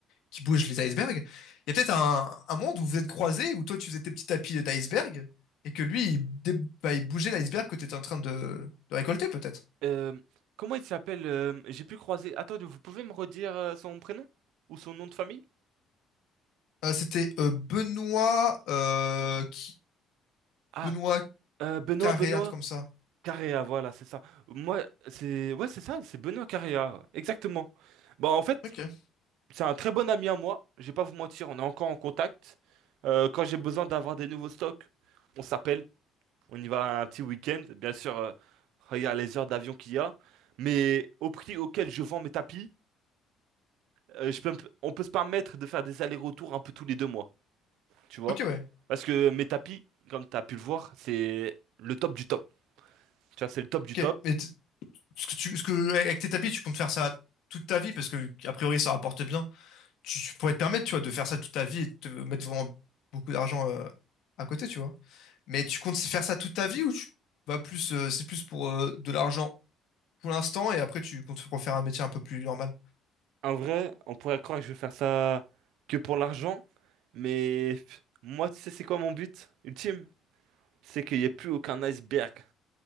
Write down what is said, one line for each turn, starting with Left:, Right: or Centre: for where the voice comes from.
Left: qui bouge les icebergs, il y a peut-être un, un monde où vous êtes croisés, où toi tu faisais tes petits tapis d'iceberg et que lui, il, dé- bah, il bougeait l'iceberg que tu étais en train de, de récolter peut-être.
Right: euh, comment il s'appelle euh, j'ai pu croiser Attendez, vous pouvez me redire euh, son prénom ou son nom de famille?
Left: Euh, c'était euh, Benoît, euh, qui...
Right: Ah,
Left: Benoît
Right: euh, Benoît,
Left: Carré,
Right: Benoît.
Left: un truc comme ça.
Right: Carrea, voilà, c'est ça. Moi, c'est ouais, c'est ça, c'est Benoît Carrea, ouais, exactement. Bon, en fait,
Left: Ok,
Right: c'est un très bon ami à moi. Je vais pas vous mentir, on est encore en contact. Euh, quand j'ai besoin d'avoir des nouveaux stocks, on s'appelle, on y va un petit week-end. Bien sûr, euh, regarde les heures d'avion qu'il y a, mais au prix auquel je vends mes tapis, euh, je peux, me- on peut se permettre de faire des allers-retours un peu tous les deux mois, tu vois?
Left: ok, ouais.
Right: Parce que mes tapis, comme tu as pu le voir, c'est le top du top. Tu vois, c'est le top du
Left: Ok.
Right: top.
Left: Mais t- ce que tu, ce que, avec tes tapis, tu comptes faire ça toute ta vie parce que, a priori, ça rapporte bien. tu, tu pourrais te permettre, tu vois, de faire ça toute ta vie et de te mettre vraiment beaucoup d'argent euh, à côté, tu vois. Mais tu comptes faire ça toute ta vie ou tu vas plus, euh, c'est plus pour euh, de l'argent pour l'instant et après tu comptes refaire un métier un peu plus normal?
Right: En vrai, on pourrait croire que je vais faire ça que pour l'argent, mais pff, moi, tu sais, c'est quoi mon but ultime? C'est qu'il n'y ait plus aucun iceberg.